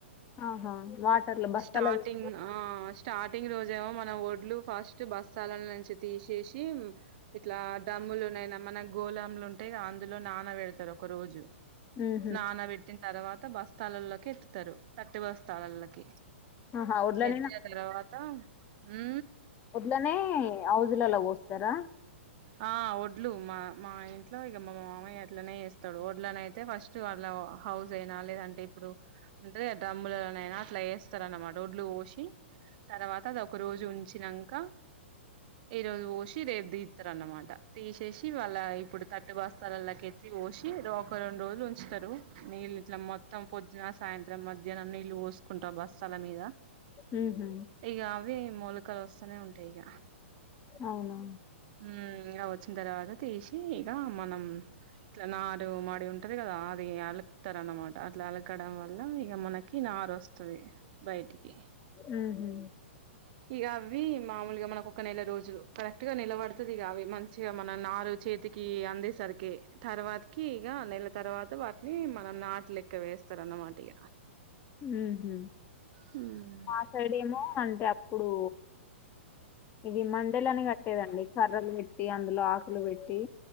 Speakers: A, on the left (about 25°); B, on the right (about 45°).
A: ఆహా వాటర్ లో బస్తా
B: స్టార్టింగ్
A: లో పెట్టి
B: ఆ స్టార్టింగ్ రోజేమో మనం ఒడ్లు ఫస్ట్ బస్తా లో నుంచి తీసేసి ఇట్లా డమ్ములునయినా మన గోలాములు ఉంటే అందులో నాన పెడతారు ఒక రోజు
A: ఉహు
B: నానబెట్టిన తర్వాత బస్తాలలోకి ఎత్తుతారు తట్టి బస్తాల్లోకి
A: ఆహా ఒడ్లనేనా
B: ఎత్తే తర్వాత ఊ
A: ఇట్లనే ఔజులలో పోస్తారా
B: ఆ ఒడ్లు మా మా ఇంట్లో ఇక మా మామయ అట్లనే చేస్తాడు ఒడ్లనయితే ఫస్ట్ వాళ్ళ హౌజ అయినా లేదంటే ఇప్పుడు అంటే డ్రమ్ములులనయినా అట్లా వేస్తారన్నమాట ఒడ్లు పోసి తర్వాత అది ఒకరోజు ఉంచినంకా ఈరోజు పోసి రేపు దీత్ త్తరన్నమాట తీసేసి వాళ్ళ ఇప్పుడు తట్టు బస్తాలళ్లకి ఎత్తి పోసి ఎదో ఒక రెండు రోజులు ఉంచుతరు నీళ్ళు ఇట్ల మొత్తం పొద్దున సాయంత్రం మధ్యాహ్నం నీళ్ళు పోసుకుంటా ఆ బస్తాల మీద
A: ఉమ్ హ్
B: ఇగ అవ్వే మొలకలు వస్తనే ఉంటయి ఇగ
A: అవునా
B: ఉమ్ ఇగ వచ్చిన్తర్వాత తీసి ఇగా మనం ఇట్ల నారు మడి ఉంటది గదా అదీ అలుక్తరన్నమాట అట్ల అలకడం వల్ల ఇగ మనకి నారు వస్ త్తది బయటికి
A: ఉమ్ హ్
B: ఇగవ్వి మామూలుగ మనకు ఒక నెల రోజులు కరెక్ట్ గా నెల బడుత్ త్తదిగా అవి మంచిగ మన నారు చేతికి అందేసరికే తర్వాతకి ఇగ నెల తర్వాత వాటిని మనం నాట్ లెక్క వేస్తారన్నమాటిగ
A: ఉమ్ హ్
B: హ్మ్.
A: మాసైడేమో అంటే అప్పుడూ ఇది మండలని గట్ కట్టేదండి కర్రలు పెట్టి అందులో ఆకులు పెట్టి